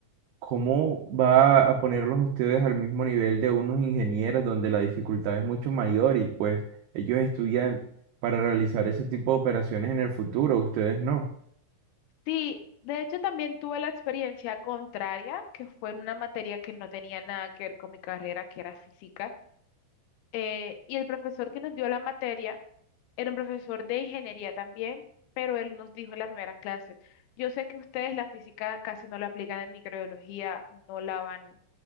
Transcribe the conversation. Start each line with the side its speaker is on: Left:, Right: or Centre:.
Right: ¿Cómo va a ponerlos ustedes al mismo nivel de unos ingenieros donde la dificultad es mucho mayor y pues ellos estudian para realizar ese tipo de operaciones en el futuro, ustedes no?
Left: Sí, de hecho también tuve la experiencia contraria, que fue en una materia que no tenía nada que ver con mi carrera, que era física. eh, y el profesor que nos dio la materia era un profesor de ingeniería también, pero él nos dijo en la primera clase, yo sé que ustedes la física casi no la aplican en microbiología, no la van